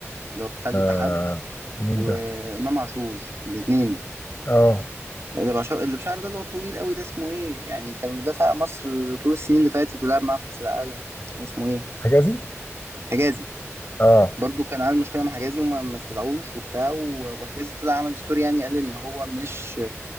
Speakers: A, on the right (about 60°); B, on the left (about 45°).
A: اللي هو بتاع الاتحاد
B: آه مين
A: وامام
B: ده؟
A: عاشور الاتنين
B: اه
A: اللي بشعر اللي بشعر ده اللي هو طويل قوي ده اسمه ايه يعني كان مدافع مصر طول السنين اللي فاتت ولعب معاه في كأس العالم كان اسمه ايه
B: حجازي؟
A: حجازي
B: اه
A: برضو كان عامل مشكلة مع حجازي وما ما استدعوش وبتاع و- وحجازي طلع عمل ستوري يعني قال ان هو مش